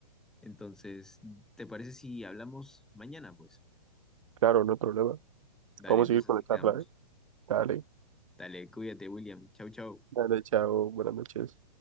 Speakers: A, in the centre; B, on the right.
A: Entonces, ¿te parece si hablamos mañana, pues?
B: Claro, no hay problema.
A: Dale,
B: Vamos
A: entonces
B: a seguir con
A: así
B: la charla,
A: quedamos.
B: ¿eh? Dale,
A: Dale, cuídate, William. Chau, chau.
B: dale, chao, buenas noches.